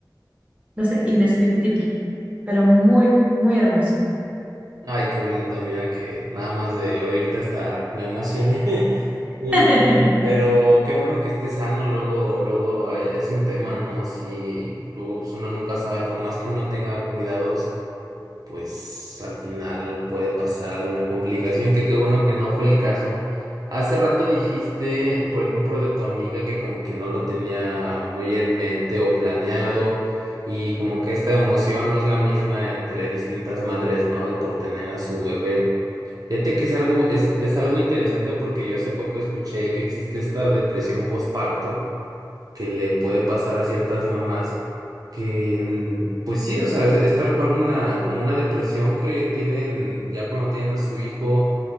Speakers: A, on the right; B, on the right.
A: no sé, indescriptible, pero muy, muy hermoso.
B: Ay, qué bonito, mira que nada más de oírte hasta me emocioné. <laughs> Eh,
A: <laughs>
B: pero qué bueno que esté sano, luego, luego eh, es un tema, ¿no? Si luego pues uno nunca sabe, por más que uno tenga cuidados pues al final puede pasar alguna complicación, que qué bueno que no fue el caso. Hace rato dijiste, por ejemplo, de tu amiga que como que no lo tenía muy en mente o planeado y como que esta emoción no es la misma entre distintas madres, ¿no? De por tener a su bebé. Fíjate que es algo, es, es algo interesante porque yo hace poco escuché que existe esta depresión postparto que le puede pasar a ciertas mamás que en- pues sí, o sea, es, es tal cual una, como una depresión que tienen ya cuando tienen a su hijo,